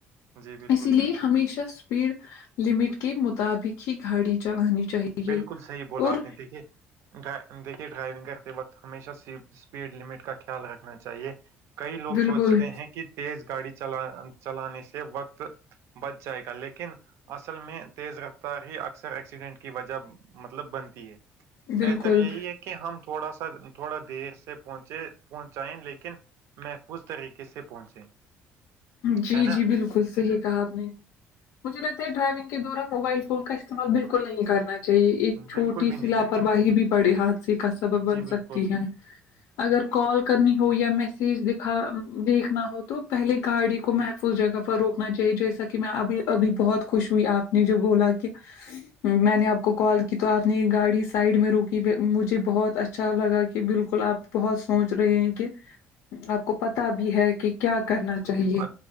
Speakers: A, on the right; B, on the left.
A: جی بالکل
B: اسی لیے
A: بالکل
B: ہمیشہ اسپیڈ لمٹ کے مطابق ہی گاڑی چلانی چاہیے
A: بالکل صحیح بول رہا
B: اور
A: آپ نے دیکھیے دیکھیے ڈرائیونگ کرتے وقت ہمیشہ اسپیڈ لمٹ کا خیال رکھنا چاہیے کئی لوگ
B: بالکل
A: سوچتے ہیں کہ تیز گاڑی چ چلانے سے وقت بچ جائے گا لیکن اصل میں تیز رفتار ہی اکثر ایکسیڈنٹ کے کی وجہ مطلب بنتی ہے
B: بالکل
A: بہتر یہی ہے کہ کہ ہم تھوڑا سا تھوڑا دیر سے پہنچے پہنچائیں لیکن محفوظ طریقے سے پہنچے
B: جی
A: ہے نا
B: جی بالکل صحیح کہا آپ نے مجھے لگتا ہے ڈرائیونگ کے دوران موبائل فون کا استعمالکل نہیں کرنا چاہے ایک چھوٹی
A: بالکل بھی
B: سی
A: نہیں
B: لاپرواہی بھی بڑے حادثے کا سبب بن
A: جی
B: سکتی
A: بالکل
B: ہے اگر کال کرنی ہو یا میسج دکھا دیکھنا ہو تو پہلے گاڑی کو محفوظ جگہ پر روکنا چاہیے جیسا کہ میں ابھی ابھی بہت خوش ہوئی آپ نے جوب بولا کہ میں نے آپ کو کال کیا کہ تو آپ نے یہ گاڑی سائڈ میں روکی مجھے بہت اچھا لگا کہ بالکل آپ بہت سوچ رہے ہیں کہ آپ کو پتا بھی ہے کہ کیا کرنا چاہیے
A: ا